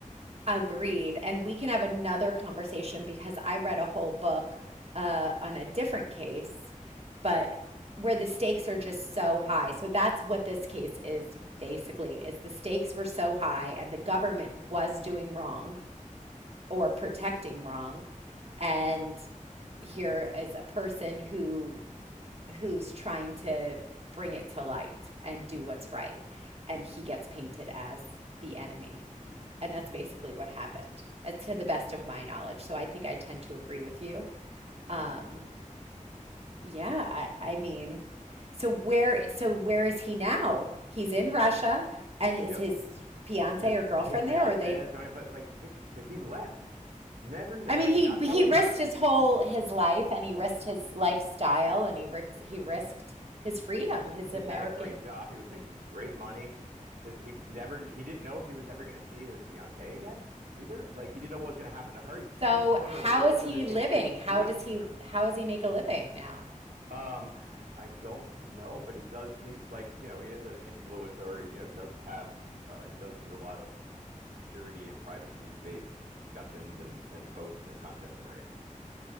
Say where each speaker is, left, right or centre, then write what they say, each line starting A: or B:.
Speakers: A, on the right; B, on the right.
A: Agreed. And we can have another conversation because I read a whole book uh, on a different case, but where the stakes are just so high. So that's what this case is basically, is the stakes were so high and the government was doing wrong or protecting wrong. And here is a person who who's trying to bring it to light and do what's right. And he gets painted as the enemy. And
B: mm
A: that's
B: hmm
A: basically what happened, uh, to the best of my knowledge. So I think I tend to agree with you.
B: Right.
A: Um, yeah, I, I mean, so where, so where is he now? He's in Russia, and is
B: Yep.
A: his fiance
B: His
A: or girlfriend
B: his fiance
A: there? Or they?
B: has joined him, but like, think, so he left, never kn-
A: I mean,
B: like not
A: he
B: telling
A: he risked
B: her.
A: his whole his life, and he risked his lifestyle, and he risked he
B: Correct.
A: risked his freedom, his
B: he
A: American.
B: had a great job. He was making
A: Yeah.
B: great money. His, he never he didn't know if he was ever going to see his fiancee again either. Like he didn't know what was going to happen to her. He, he
A: So
B: didn't tell her
A: how
B: a word
A: is
B: so
A: he
B: that they
A: living?
B: couldn't
A: How
B: do anything
A: does he
B: to her.
A: how does he make a living now?
B: Um, I don't know, but he does. He's like you know he is an influencer. You know he does have uh, he does do a lot of security and privacy based discussions and and posts and content generation.